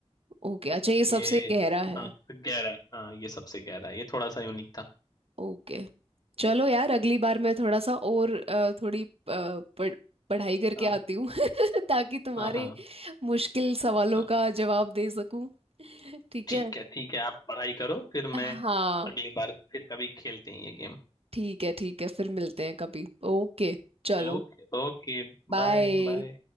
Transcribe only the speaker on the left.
ये
हाँ गहरा हाँ ये सबसे गहरा है ये थोड़ा सा यूनिक था
हाँ
हाँ हाँ
हाँ
ठीक
है ठीक है आप पढ़ाई करो फिर मैं
अगली बार फिर कभी खेलते हैं ये game
Okay okay
Bye bye